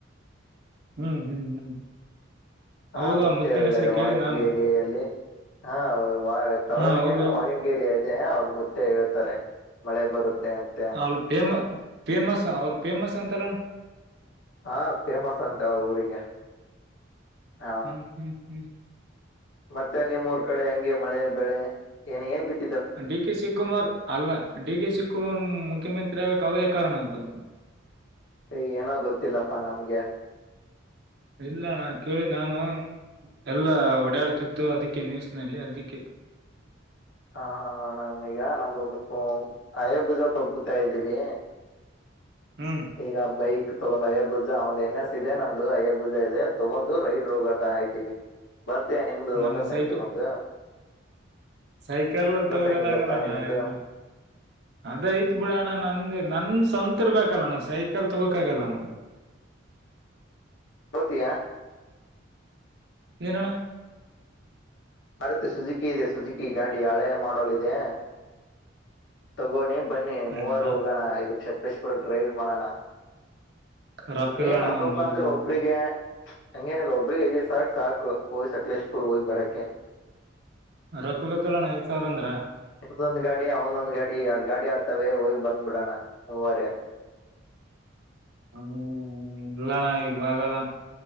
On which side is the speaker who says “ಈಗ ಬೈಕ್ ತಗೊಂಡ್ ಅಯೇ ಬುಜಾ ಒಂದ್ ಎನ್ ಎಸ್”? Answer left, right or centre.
Left